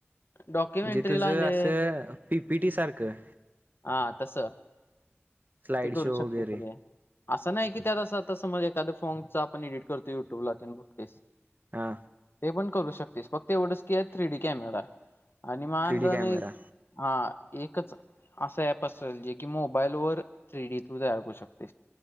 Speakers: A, on the left (about 55°); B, on the right (about 45°).
A: डॉक्युमेंटरीला
B: जे तुझं
A: म्हणजे
B: असं पीपीटी सारखं.
A: हा तस
B: स्लाइड
A: ते करू
B: शो
A: शकते
B: वगैरे
A: सगळे. असं नाही की त्यां आता समज एखाद फॉर्मचा आपण एडिट करतो युट्यूबला ब फेस
B: हा.
A: पण करू शकस फक्त एवढच की थ्री डी कॅमेरा आणि मा.
B: थ्री डी कॅमेरा
A: हा एकच असा ऍप असेल जे की मोबाईल वर थ्री डी तू तयार करू शकत.